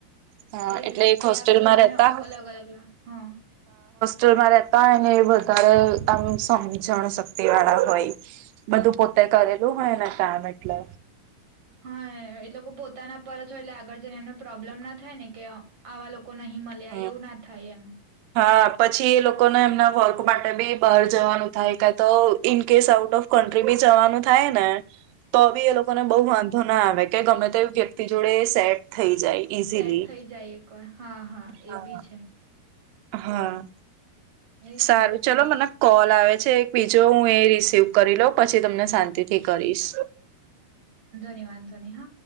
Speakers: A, on the right (about 90°); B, on the right (about 35°).
A: હા
B: એજ
A: એટલે
B: ને
A: એક
B: પછ
A: હોસ્ટેલમાં
B: આગળ જઈ એમને
A: રહેતા
B: અલગ અલગ લ હા.
A: જો મારે તો એને વધારે આમ સમજણ શક્તિ વાળા હોય બધું પોતે કરેલું હોય એને કામ એટલે.
B: હા એ લોકો પોતાના પણ છેલ્લે આગળ જઈને એમને પ્રોબ્લેમ ના થાય ને કે આવા લોકો નહી મળ્યા
A: હમ
B: <unintelligible> એવું ના થાય એમ.
A: હા પછી એ લોકોને એમના વર્ક માટે બી બહાર જવાનું થાય કાતો ઇનકેસ આઉટ ઓફ કન્ટ્રી બી જવાનું થાય ને તો બી એ લોકો
B: હા
A: ને બહુ વાંધો ના આવે કે ગમે તેવી વ્યક્તિ એ જોડે સેટ થઈ જાય ઈઝીલી.
B: સેટ થઈ જાય એક વાર હા, હા,
A: હા.
B: એ બી છે
A: હા
B: એજ
A: સારું,
B: ને
A: ચલો મને કોલ આવે છે, એક બીજો હું એ રિસીવ કરી લઉ પછી તમને શાંતિથી કરીશ
B: નિ વાંધો ની હ